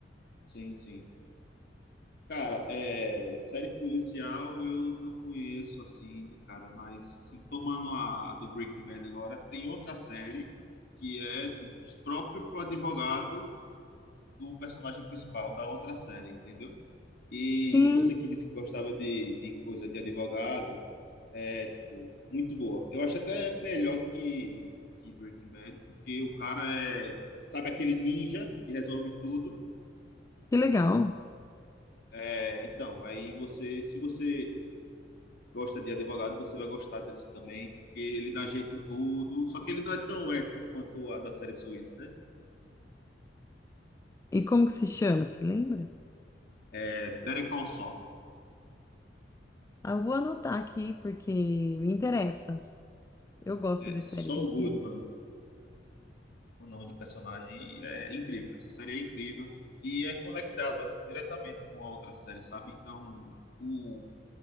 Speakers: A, on the left; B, on the left.
A: Sim, sim. Cara, é, série policial eu não conheço assim de cara, mas assim, tomando a do Breaking Bad agora, tem outra série que é do próprio pro advogado do personagem principal da outra série, entendeu? E
B: Sim.
A: você que disse que gostava de, de coisa de advogado, é, tipo, muito boa. Eu acho até melhor que, que Breaking Bad, porque o cara é, sabe aquele ninja que resolve tudo?
B: Que legal.
A: É, então, aí você, se você gosta de advogado, você vai gostar desse também, porque ele dá jeito em tudo, só que ele não é tão ético quanto a da série suíça, né?
B: E como que se chama, você lembra?
A: É, Better Call Saul,
B: Ah, eu vou anotar aqui porque me interessa. Eu gosto
A: é
B: de
A: Saul
B: séries assim.
A: Goodman, o nome do personagem. E é incrível. Essa série é incrível. E é conectada diretamente com a outra série, sabe? Então, o